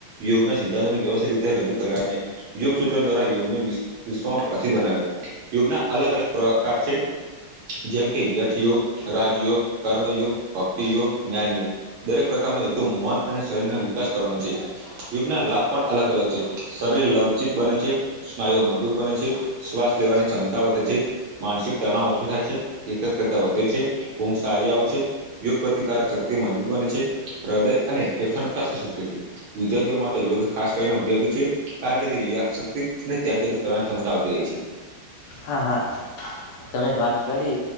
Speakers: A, on the right (about 80°); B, on the left (about 75°).
A: યોગના સિદ્ધાંતોની વ્યવસ્થિત રી રજૂ કર્યા નહી. યોગ સૂત્ર દ્વારા યોગને વિશ્વમાં પછ બનાવ્યો યોગના અલગ અલગ પ્રકાર છે. જેમ કે યઠયોગ, રાજયોગ કર્મયોગ ભક્તિયોગ જ્ઞાન યોગ દરેક પ્રકારનો હેતુ મન અને શરીરનો વિકાસ કરવાનો છે યુગના લાભ પણ અલગ અલગ છે શરીર લવચિક બને છે સ્નાયુ મજબૂત બને છે શ્વાસ લેવાની ક્ષમતા વધે છે માનસિક તણાવ ઓછો થાય. છે એક વધે છે આવે છે યોગ પ્રતિકારક શક્તિ મજબૂત બને છે હદય અને ફેફસા સ્સ્થ્ય છે વિદ્યાર્થીઓ માટે યોગ ખાસ કરીને ઉપયોગી છે કારણ કે તેક્ અને્યાન કરવાની ક્ષમતા આવતી રહી છે.
B: હા હા તમે વાત કરી